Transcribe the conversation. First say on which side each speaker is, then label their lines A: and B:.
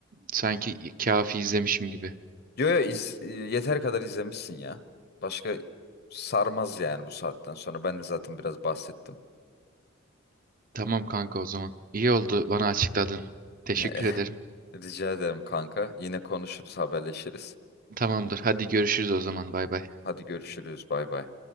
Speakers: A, on the right; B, on the left.
A: Sanki kafi izlemişim gibi.
B: Yo yo iz- e, yeter kadar izlemişsin ya. Başka sarmaz yani bu saatten sonra. Ben de zaten biraz bahsettim.
A: Tamam kanka o zaman. İyi oldu bana açıkladın. Teşekkür
B: <laughs>
A: ederim.
B: Rica ederim kanka. Yine konuşuruz, haberleşiriz.
A: Tamamdır. Hadi görüşürüz o zaman. Bay bay.
B: Hadi görüşürüz. Bay bay.